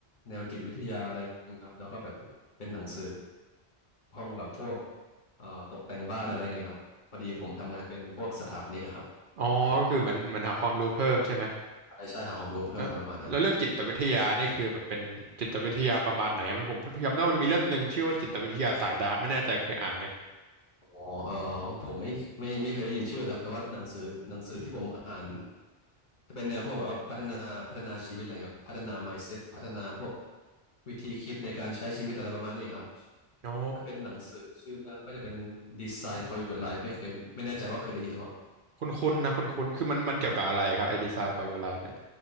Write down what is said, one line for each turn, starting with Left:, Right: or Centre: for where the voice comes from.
Left: แนวจิตวิทยาอะไรอย่างเงี้ยครับแล้วก็แบบเป็นหนังสือห้องกับพวกเอ่อตกแต่งบ้านอะไรอย่างเงี้ยครับพอดีผมทำงานเป็นพวกสถาปนิกอะครับ
Right: อ๋อก็คือเหมือนเหมือนหาความรู้เพิ่มใช่ไหม
Left: ใช่ใช่ใช่หาความรู้เพิ่มอะไรประมาณนั้นครับ
Right: แล้วแล้วเรื่องจิตวิทยานี่คือแบบเป็นจิตวิทยาประมาณไหนมันผมจำได้ว่ามันมีเล่มหนึ่งชื่อว่าจิตวิทยาสายดาร์กไม่แน่ใจเคยอ่านไหม
Left: อ๋อเออผมไม่ไม่ไม่เคยได้ยินชื่อครับแต่ว่าหนังสือหนังสือที่ผมอ่านจะเป็นแนวพวกแบบว่าพัฒนาพัฒนาชีวิตอะไรครับพัฒนา mindset พัฒนาพวกวิธีคิดในการใช้ชีวิตอะไรประมาณนี้ครับ
Right: อ๋อ
Left: ถ้าเป็นหนังสือชื่อเรื่องก็จะเป็น Design for Your Life ไม่เคยไม่แน่ใจว่าเคยได้ยินหรือเปล่า
Right: คุณคุณนะคุณคุณคือมันมันเกี่ยวกับอะไรครับไอ้ Design for Your Life เนี่ย